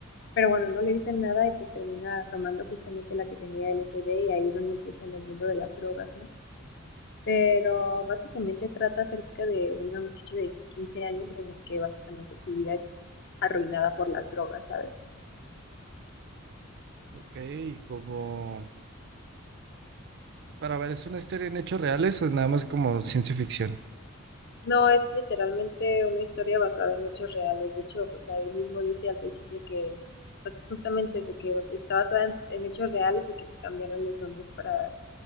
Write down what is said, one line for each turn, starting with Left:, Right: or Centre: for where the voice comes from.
Left: pero bueno, no le dicen nada y pues termina tomando justamente la que tenía LSD y ahí es donde empieza en el mundo de las drogas, ¿no? pero básicamente trata acerca de una muchacha de quince años en el que básicamente su vida es arruinada por las drogas, ¿sabes?
Right: Ok, como para ver, ¿es una historia en hechos reales o es nada más como ciencia ficción?
Left: No es literalmente una historia basada en hechos reales, de hecho, pues ahí mismo dice al principio que pues justamente es de que está basada en, en hechos reales y que se cambiaron los nombres para